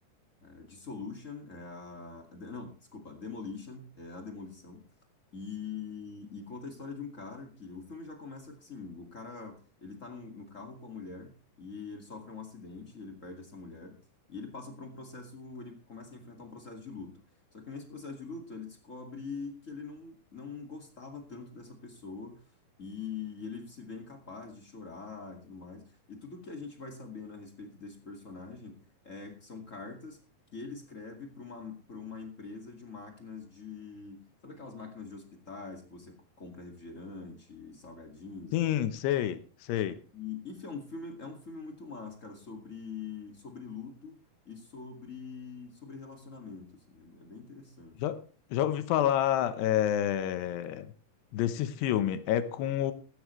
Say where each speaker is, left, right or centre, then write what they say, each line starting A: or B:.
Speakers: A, on the left (about 35°); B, on the left (about 80°).
A: É, Dissolution, é a... de- não, desculpa, Demolition, é a demolição. E, e conta a história de um cara que o filme já começa assim, o cara, ele tá num- no carro com a mulher e ele sofre um acidente, ele perde essa mulher e ele passa por um processo, ele começa a enfrentar um processo de luto. Só que nesse processo de luto, ele descobre que ele não, não gostava tanto dessa pessoa e ele se vê incapaz de chorar e tudo mais. E tudo que a gente vai sabendo a respeito desse personagem é que são cartas que ele escreve para uma, para uma empresa de máquinas de. Sabe aquelas máquinas de hospitais que você co- compra refrigerante, salgadinhos?
B: Sim,
A: E,
B: sei, sei.
A: e, enfim, é um filme, é um filme muito massa, cara, sobre, sobre luto e sobre, sobre relacionamento, assim, é, é bem interessante.
B: Já, já ouvi falar é, desse filme. É com